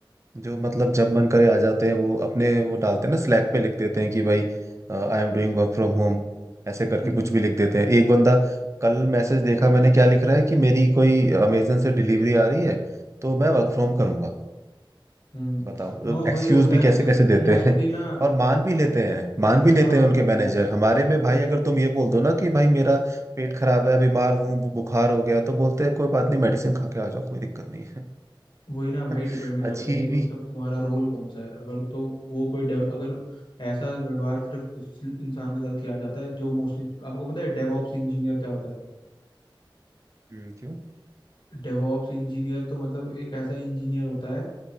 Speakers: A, on the right (about 35°); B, on the left (about 65°).
A: जो मतलब जब मन करे आ जाते हैं वो अपने वो डालते हैं ना स्लैक पे लिख देते हैं कि भाई I am doing work from home ऐसे करके
B: हम्म
A: कुछ भी लिख देते हैं एक बंदा कल मैसेज देखा मैंने क्या लिख रहा है कि मेरी कोई अमेजन से डिलीवरी आ रही है तो मैं वर्क फ्रॉम करूंगा
B: हम्म
A: बताओ
B: हाँ भाई
A: एक्सक्यूज
B: होता
A: भी
B: है
A: कैसे
B: मतलब
A: कैसे देते
B: मोस्टली
A: हैं <laughs>
B: ना
A: और मान भी लेते हैं मान भी
B: हाँ
A: लेते हैं उनके मैनेजर
B: होता है
A: हमारे में
B: वो
A: भाई अगर तुम ये बोल दो ना कि भाई मेरा पेट खराब है बीमार हूँ बु- बुखार हो गया तो बोलते हैं कोई बात नहीं मेडिसिन खा के आ जाओ कोई दिक्कत नहीं है
B: वही ना भाई
A: <laughs>
B: डिपेंड
A: अच्छी
B: करता है क्योंकि
A: भी
B: तो, तुम्हारा रोल कौन सा है अगर तो वो कोई dev- अगर ऐसा व्यवहार सिर्फ उस इंसान के साथ किया जाता है जो मोस्टली आपको पता है डेवऑप्स इंजीनियर क्या होता है
A: हम्म, क्यों
B: डेवॉप्स इंजीनियर तो मतलब एक ऐसा इंजीनियर होता है